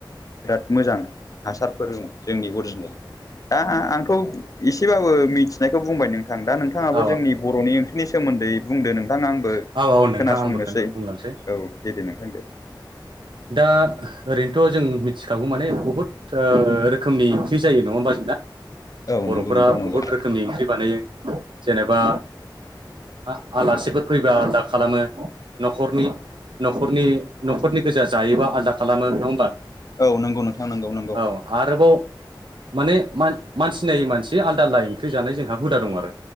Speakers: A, on the left; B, on the right.
A: बिराद मोजां हासारफोर दं जोंनि अरिजिनेल दा आंथ' इसेबाबो मिथिनायखौ बुंबाय नोंथां दा नोंथाङाबो
B: औ
A: जोंनि बर'नि ओं नि सोमोन्दै बुंदो नोंथाङा आंबो
B: औ नोंथां
A: खोनासंनोसै
B: आंबो बुंलांसै
A: औ दे दे नोंथां दे
B: दा ओरैनोथ' जों मिथिखागौ मानि बुहुत ओ रोखोमनि ओंख्रि जायो नङा होमबा
A: औ
B: बर'फोरा
A: नंगौ नोंथां नंगौ
B: बहुद रोखोमनि ओंख्रि बानायो जेनेबा आ आलासिफोर फैबा आलदा खालामो न'खरनि न'खरनि नख गोजा जायोबा आलादा खालामो नङा होमबा
A: औ नंगौ नोंथां नंगौ नंगौ
B: औ आरोबाव माने मानसि नायै मानसि आलदा आलदा ओंख्रि जानाय जोंहा हुदा दं आरो।